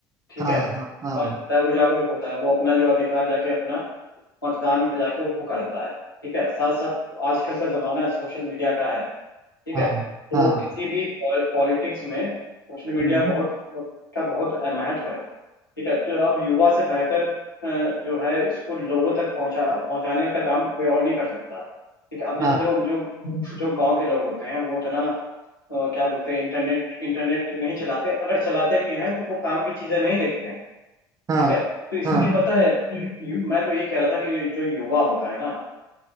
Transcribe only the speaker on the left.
ठीक
है युवा
जो होता है वो जागरूक होता है वो अपना जो अधिकार जाके अपना मतदान में जाके वो करता है ठीक है साथ साथ आजकल का जमाना सोशल मीडिया का है ठीक
है तो
किसी भी पॉलिटिक्स में सोशल मीडिया
बहुत का बहुत महत्व है ठीक है तो अब युवा से बेहतर अ, जो है इसको लोगों तक पहुंचा पहुंचाने का काम कोई और नहीं कर सकता ठीक है अब जैसे
देखो जो जो गांव के लोग होते हैं वो उतना अ, क्या बोलते हैं इंटरनेट इंटरनेट नहीं चलाते अगर चलाते भी हैं तो वो काम की चीजें नहीं देखते हैं
ठीक है तो इसलिए
पता है तो यु, मैं तो ये कह रहा था कि ये जो युवा होता है ना